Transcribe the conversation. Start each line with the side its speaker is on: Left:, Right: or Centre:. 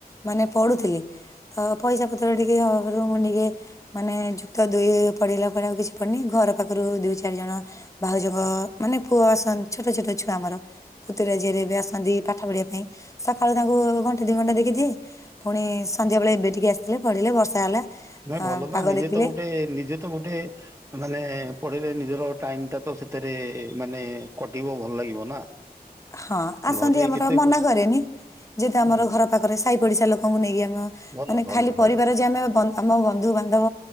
Left: ମାନେ ପଢୁଥିଲି। ତ ପଇସା ପତ୍ର ଟିକେ ଅଭାବରୁ ମୁଁ ଟିକେ ମାନେ ଯୁକ୍ତ ଦୁଇ ପଢ଼ିଲା ପରେ ଆଉ କିଛି ପଡ଼ିନି ଘର ପାଖରୁ ଦୁଇ ଚାରିଜଣ ଭାଉଜଙ୍କ ମାନେ ପୁଅ ଆସନ୍ତି। ଛୋଟ ଛୋଟ ଛୁଆ ଆମର ପୁତୁରା ଝିଆରି ଏବେ ଆସ ନ୍ତି ପାଠ ପଢିବା ପାଇଁ ସକାଳୁ ତାଙ୍କୁ ଘଣ୍ଟେ ଦି ଘଣ୍ଟା ଦେଖି ଦିଏ। ପୁଣି ସନ୍ଧ୍ୟାବେଳେ ଏବେ ଟିକେ ଆସିଥିଲେ ପଢିଲେ ବର୍ଷା ହେଲା।
Right: ନାଇଁ
Left: ଆ
Right: ଭଲ ନା
Left: ପାଗ
Right: ନିଜେ
Left: ଦେଖିଲେ
Right: ତ ଗୋଟେ ନିଜେ ତ ଗୋଟେ ମାନେ ପଢିଲେ ନିଜର ଟାଇମଟା ତ ସେଥିରେ ମାନେ କଟିବ ଭଲ ଲାଗିବ ନା।
Left: ହଁ ଆସନ୍ତି
Right: ଘରେ
Left: ଆମର
Right: କେତେ
Left: ମନା
Right: ବସି
Left: କରେନି ଯେହେତୁ ଆମର
Right: ହୁଁ।
Left: ଘର ପାଖରେ ସାହି ପଡିଶା ଲୋକଙ୍କୁ ନେଇକି ଆମେ।
Right: ଭଲ
Left: ମାନେ
Right: ଭଲ
Left: ଖାଲି
Right: ଭଲ
Left: ପରିବାର ଯେ ଆମେ ଆମ ବନ୍ଧୁ ବାନ୍ଧବ